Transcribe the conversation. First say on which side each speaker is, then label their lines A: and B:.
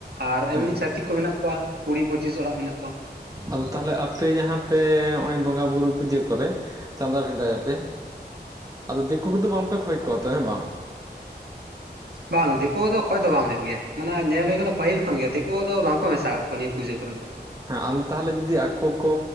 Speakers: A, on the right (about 65°); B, on the right (about 20°).
A: ᱟᱨ ᱮᱢᱱᱤ
B: ᱦᱮᱸ
A: ᱪᱷᱟᱹᱛᱤᱠ ᱠᱚ ᱢᱮᱱᱟᱜ ᱠᱚᱣᱟ ᱠᱩᱲᱤ ᱯᱩᱪᱤᱥ ᱚᱲᱟᱜ ᱢᱮᱱᱟᱜ ᱠᱚᱣᱟ᱾
B: ᱟᱫᱚ ᱛᱟᱞᱦᱮ ᱟᱯᱮ ᱡᱟᱦᱟᱸ ᱯᱮ ᱦᱚᱸᱜᱼᱚᱭ ᱵᱚᱸᱜᱟ ᱵᱩᱨᱩ ᱯᱩᱡᱟᱹ ᱠᱚᱨᱮ ᱪᱟᱸᱫᱟ ᱵᱷᱮᱸᱫᱟᱭᱟᱯᱮ ᱟᱫᱚ ᱫᱤᱠᱩ ᱠᱚᱫᱚ ᱵᱟᱝᱯᱮ ᱠᱷᱚᱭ ᱠᱚᱣᱟ ᱛᱚ ᱦᱮᱸ ᱵᱟᱝ?
A: ᱵᱟᱝ ᱫᱤᱠᱩ ᱠᱚᱫᱚ ᱠᱷᱚᱭ ᱫᱚ ᱵᱟᱝ ᱦᱩᱭᱩᱜ ᱜᱮᱭᱟ ᱢᱟᱱᱮ ᱧᱮᱞ ᱦᱩᱭ ᱠᱟᱱᱟ ᱯᱟᱹᱦᱤᱞ ᱠᱷᱚᱱ ᱜᱮ ᱫᱤᱠᱩ ᱠᱚᱫᱚ ᱵᱟᱝᱠᱚ ᱢᱮᱥᱟ ᱠᱟᱜ ᱠᱚᱣᱟ ᱱᱤᱭᱟᱹ ᱯᱩᱡᱟᱹ ᱠᱚᱨᱮ ᱫᱚ᱾
B: ᱦᱮᱸ ᱟᱫᱚ ᱛᱟᱦᱚᱞᱮ ᱡᱩᱫᱤ ᱟᱠᱚ ᱠᱚ